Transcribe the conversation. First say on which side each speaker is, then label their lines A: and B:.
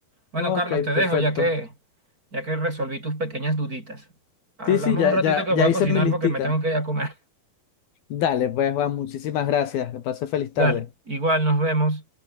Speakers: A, on the right; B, on the left.
A: Bueno,
B: Ok,
A: Carlos, te
B: perfecto.
A: dejo ya que, ya que resolví tus pequeñas duditas. Hablamos
B: Sí, sí, ya,
A: un ratito
B: ya,
A: que voy
B: ya
A: a
B: hice
A: cocinar
B: mi listica.
A: porque me tengo que ir a comer.
B: Dale, pues Juan, muchísimas gracias. Que pase
A: <laughs>
B: feliz tarde.
A: Dale, igual nos vemos.